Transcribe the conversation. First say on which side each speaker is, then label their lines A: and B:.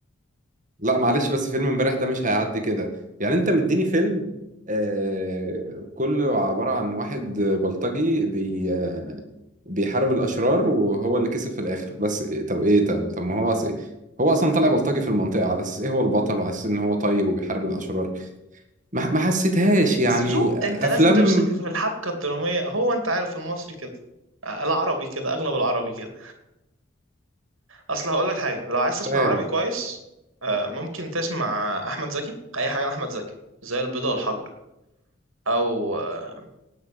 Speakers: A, on the right; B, on the right.
A: لا معلش بس فيلم امبارح ده مش هيعدي كده يعني انت مديني فيلم آه كله عباره عن واحد بلطجي بي آه بيحارب الاشرار وهو اللي كسب في الاخر بس إيه- طب ايه طب طب ما هو أص... هو اصلا طالع بلطجي في المنطقه على اساس ايه هو البطل وعلى اساس ان هو طيب وبيحارب الاشرار ما ما حسيتهاش يعني
B: ذوق
A: افلام
B: انت لازم تمسك في الحبكه الدراميه هو انت عارف المصري كده العربي كده اغلب العربي كده اصل هقول لك حاجه لو عايز تسمع
A: عارف
B: عربي كويس آه، ممكن تسمع احمد زكي اي حاجه لاحمد زكي زي البيضه والحجر او آه،